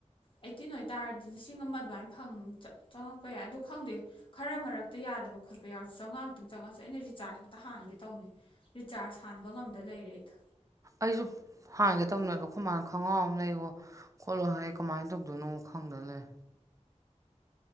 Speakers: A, on the left (about 45°); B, on the right (about 25°).
A: ꯑꯩꯠꯇꯤꯟ ꯑꯣꯏꯇꯥꯔꯗꯤ ꯂꯤꯁꯤꯡ ꯑꯃ ꯑꯗꯨꯃꯥꯏꯅ ꯐꯪ ꯆꯪꯉꯛꯄ ꯌꯥꯏ ꯑꯗꯨ ꯈꯪꯗꯦ ꯈꯔ ꯃꯔꯛꯇ ꯌꯥꯗꯕ ꯈꯣꯠꯄ ꯌꯥꯎꯔꯁꯨ ꯆꯧꯉꯥꯃꯨꯛꯇꯪ ꯆꯪꯉꯛꯑꯁꯨ ꯑꯩꯅ ꯔꯤꯆꯥꯔꯖ ꯑꯝꯇ ꯍꯥꯟꯒꯦ ꯇꯧꯕꯅꯦ ꯔꯤꯆꯥꯔꯖ ꯍꯥꯟꯕ ꯉꯝꯗ ꯂꯩꯔꯦ ꯑꯩꯗꯣ
B: ꯑꯩꯁꯨ ꯍꯥꯡꯒꯦ ꯇꯧꯅꯦꯗꯣ ꯈꯣꯃꯥꯅ ꯈꯣꯡꯒ꯭ꯔꯥꯎ ꯑꯃ ꯂꯩꯋꯣ ꯈꯣꯠꯂꯣ ꯍꯥꯏ ꯀꯃꯥꯏꯅ ꯇꯧꯗꯣꯏꯅꯣ ꯈꯪꯗ ꯂꯩ